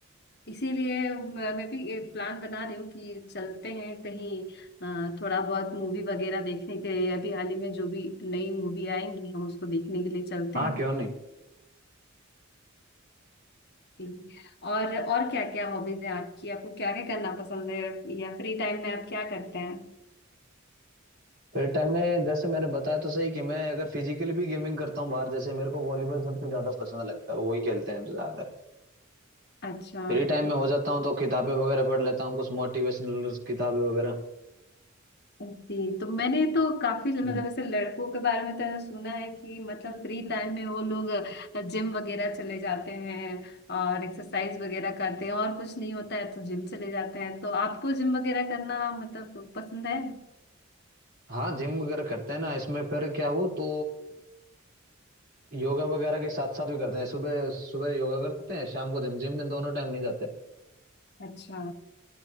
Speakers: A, on the left; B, on the right.
A: इसीलिए मैं मैं भी एक प्लान बना रही हूँ कि चलते हैं कहीं अ, थोड़ा बहुत मूवी वगैरह देखने के लिए अभी हाल ही में जो भी नई मूवी आएंगी हम उसको देखने के लिए चलते
B: हाँ
A: हैं
B: क्यों नहीं
A: जी। और और क्या क्या हॉबीज हैं आपकी आपको क्या क्या करना पसंद है या फ्री टाइम में आप क्या करते हैं
B: फिर टाइम में जैसे मैंने बताया तो सही कि मैं अगर फिजिकली भी गेमिंग करता हूँ बाहर जैसे मेरे को वॉलीबॉल सबसे ज्यादा पसंद लगता है वो वही खेलते हैं ज्यादातर
A: अच्छा
B: फ्री टाइम में हो जाता हूँ तो किताबें वगैरह पढ़ लेता हूँ कुछ मोटिवेशनल किताबें वगैरह
A: जी तो मैंने तो काफी मतलब
B: हम्म।
A: ऐसे लड़कों के बारे में तो ऐसा सुना है कि मतलब फ्री टाइम में वो लोग जिम वगैरह चले जाते हैं और एक्सरसाइज वगैरह करते हैं और कुछ नहीं होता है तो जिम चले जाते हैं तो आपको जिम वगैरह करना मतलब पसंद है
B: हाँ जिम वगैरह करते हैं ना इसमें फिर क्या हो तो योगा वगैरह के साथ साथ भी करते हैं सुबह सुबह योगा करते हैं शाम को जिम जिम में दोनों टाइम नहीं जाते
A: अच्छा